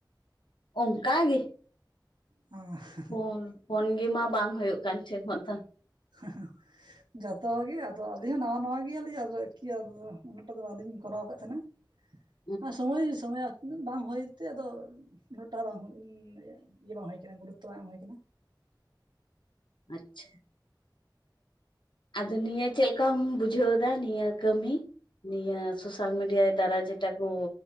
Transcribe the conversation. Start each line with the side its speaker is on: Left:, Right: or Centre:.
Left: ᱚᱱᱠᱟ ᱜᱮ
Right: ᱦᱚᱸ <unintelligible>
Left: ᱯᱷᱳᱱ ᱯᱷᱳᱱ ᱜᱮ ᱢᱟ ᱵᱟᱝ ᱦᱩᱭᱩᱜ ᱠᱟᱱ ᱴᱤᱠ ᱢᱚᱛᱚ
Right: <unintelligible> ᱡᱚᱛᱚ ᱦᱚᱲ ᱜᱮ ᱟᱫᱚ ᱟᱹᱞᱤᱧ ᱦᱚᱸ ᱱᱟᱣᱟ ᱱᱟᱣᱟ ᱜᱮᱭᱟᱞᱤᱧ ᱟᱨᱠᱤ <unintelligible> ᱟᱨ <unintelligible> ᱩᱱᱟᱹᱜ ᱴᱟ ᱫᱚ ᱵᱟᱹᱞᱤᱧ ᱠᱚᱨᱟᱣ ᱟᱠᱟᱫ ᱛᱟᱦᱮᱸᱱᱟ ᱛᱟᱦᱮᱱᱟ
Left: <inaudible>
Right: <unintelligible> ᱥᱚᱢᱚᱭ ᱥᱚᱢᱚᱭ <unintelligible> ᱩᱱᱟᱹᱜ ᱵᱟᱝ ᱦᱩᱭᱛᱮ ᱟᱫᱚ ᱩᱱᱟᱹᱜ ᱴᱟ ᱵᱟᱝ ᱩᱱ ᱤᱭᱟᱹ ᱵᱟᱝ ᱦᱩᱭᱩ ᱟᱠᱟᱱᱟ ᱜᱩᱨᱩᱛ ᱛᱚ ᱵᱟᱝ ᱮᱢ ᱦᱩᱭ ᱟᱠᱟᱱᱟ
Left: ᱟᱪᱪᱷᱟ ᱟᱫᱚ ᱱᱤᱭᱟᱹ ᱪᱮᱫ ᱞᱮᱠᱟᱢ ᱵᱩᱡᱷᱟᱹᱣ ᱮᱫᱟ ᱱᱤᱭᱟᱹ ᱠᱟᱹᱢᱤ ᱱᱤᱭᱟᱹ ᱥᱳᱥᱟᱞ ᱢᱤᱰᱤᱭᱟ ᱫᱟᱨᱟ ᱡᱮᱴᱟ ᱠᱚ